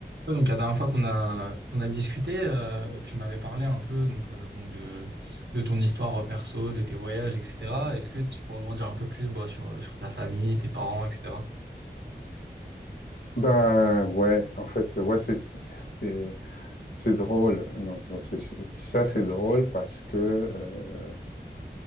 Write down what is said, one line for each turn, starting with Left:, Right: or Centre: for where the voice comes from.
Right: Ouais, donc la dernière fois qu'on a qu'on a discuté, euh, tu m'avais parlé un peu donc euh, bon de de ton histoire euh, perso, de tes voyages, etc. Est-ce que tu pourrais m'en dire un peu plus bah, sur euh, sur ta famille, tes parents, etc.
Left: Ben ouais, en fait, ouais, c'est c'est- c'est- c'est drôle. Non, ouais, c'est- je dis ça, c'est drôle parce que euh,